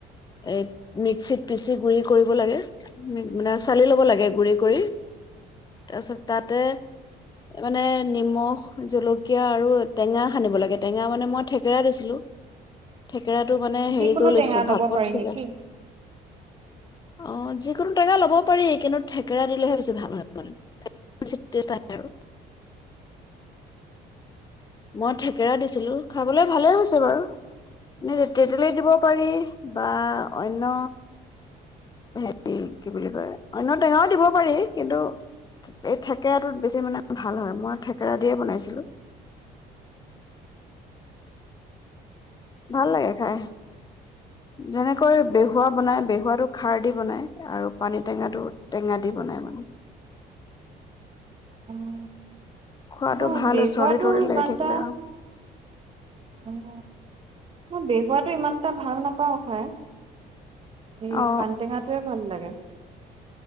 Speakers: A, on the left; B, on the right.
A: এই মিক্সিত পিচি গুৰি কৰিব লাগে মানে চালি ল'ব লাগে গুৰি কৰি তাৰপিছত তাতে মানে নিমখ, জলকীয়া আৰু টেঙা সানিব লাগে। টেঙা মানে মই থেকেৰা দিছিলো থে কেৰাটো মানে
B: যিকোনো
A: হেৰি কৰি লৈছিলো
B: টেঙা
A: ভাপত
B: ল'ব পাৰি
A: সিজাল
B: নেকি
A: অ', যে কোনো টেঙা ল'ব পাৰি কিন্তু থেকেৰা দিলেহে বেছি ভাল হয় মানে <unintelligible> আৰু। মই থেকেৰা দিছিলো। খাবলৈ ভালেই হৈছে বাৰু এ, তেতেলি দিব পাৰি বা অন্য হেৰি কি বুলি কয় অন্য টেঙাও দিব পাৰি কিন্তু এই থেকেৰাটোত বেছি মানে ভাল হয় মই থেকেৰা দিয়ে বনাইছিলোঁ। <inaudible> ভাল লাগে খাই যেনেকৈ বেহুৱা বনাই বেহুৱাটো খাৰ দি বনায় আৰু পানী টেঙাটো টেঙা দি বনায় মানে।
B: উম,
A: খোৱাটো
B: মই
A: ভাল
B: বপোৱাটো
A: চৰ্দি তৰ্দি
B: ইমানটা
A: লাগি থাকিলে আৰু।
B: উম, মই বেহোৱাটো ইমানটা ভাল নাপাওঁ খায়। এ
A: অ
B: পানটেঙাতোয়ে ভাল লাগে।